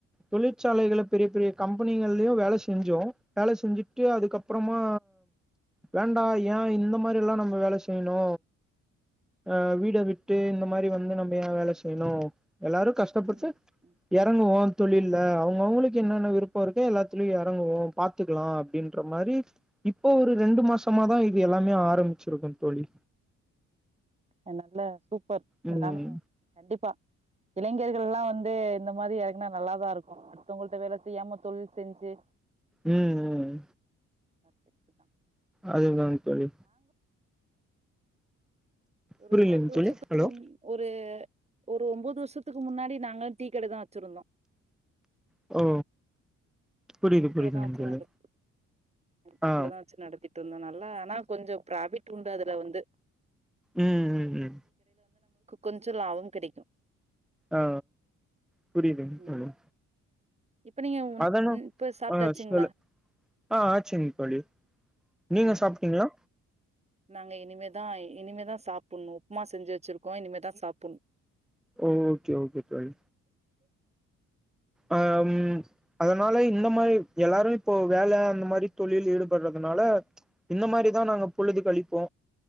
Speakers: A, in the centre; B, on the right.
A: தொழிற்சாலைகள பெரிய பெரிய கம்பெனிகள்லியு வேல செஞ்சோ வேல செஞ்சுட்டு அதுக்கப்புறமா வேண்டா ஏ இந்த மாரி எல்லா நம்ம வேல செய்யிணு அ வீட விட்டு இந்த மாரி வந்து நம்ம ஏ வேல செய்யிணு எல்லாரு கஷ்டப்பட்டு
B: ம் ம்
A: எறங்குவோ தொழில்ல அவங்கவுங்களுக்கு என்னென்ன விருப்போ இருக்க எல்லாத்திலியு எறங்குவோ பாத்துக்கலா அப்டின்ற மாரி இப்போ ஒரு ரெண்டு மாசமாதா இது எல்லாமே ஆரம்பிச்சிருக்கோங் தோழி
B: நல் நல்ல சூப் பர்
A: ம்
B: எல்லாமே கண்டிப்பா இளைஞர்கள் எல்லா வந்து இந்த மாரி றங்கனா நல்லாதா இருக்கு அடுத்தவங்கள்ட வேல செய்யாம தொழில் செஞ்சு
A: ம் ம் ம்
B: பர்பெக்ட்டுதா
A: அதுதான் தோழி
B: ஒரு
A: புரியலங்க
B: பத்து வருஷத்துக்கு
A: தோழி ஹலோ
B: முன் ஒரு ஒரு ஒன்போது வருஷத்துக்கு முன்னாடி நாங்க டீ கடதா வெச்சிருந்தோ
A: ஓ புரியுது
B: டீக்கடதா
A: புரியுதுங்க
B: வெச்சு
A: தோழி
B: நடத்தி டீக்கடதா
A: ஆ
B: வெச்சு நடத்தி ட்டுருந்த நல்லா ஆனா கொஞ்ச ஃப்ராபிட் உண்டு அதுல வந்து
A: ம் ம் ம்
B: கொஞ்ச லாபம் கெடைக்கும்
A: ஆ புரியுதுங்
B: ம்
A: தோழி
B: இப்ப நீங்க உன்
A: அதனா
B: ம் சாப்ட்டாச்சுங்களா
A: ஆ சொல்லு ஆ ஆச்சுங் தோழி நீங்க
B: ம்
A: சாப்பிட்டீங்களா
B: நாங்க இனிமேதா இனிமேதா சாப்புணு உப்புமா செஞ்சு வெச்சிருக்கோ இனிமேதா சாப்புணு
A: ஓ ஓகே ஓகே தோழி
B: <inaudible>
A: ஆ ம் அதனால இந்த மாரி எல்லாரு இப்போ வேல அந்த மாரி தொழில்ல ஈடுபடுறதுனால இந்த மாரிதா நாங்க பொழுது களிப்போ